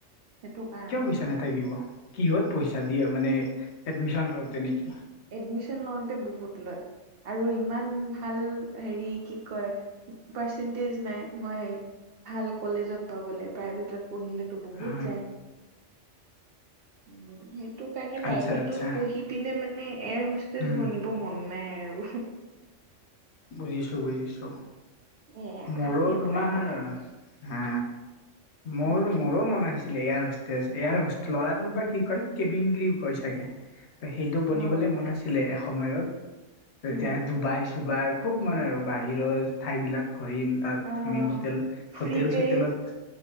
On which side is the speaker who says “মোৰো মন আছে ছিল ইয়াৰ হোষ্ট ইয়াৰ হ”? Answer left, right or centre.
Left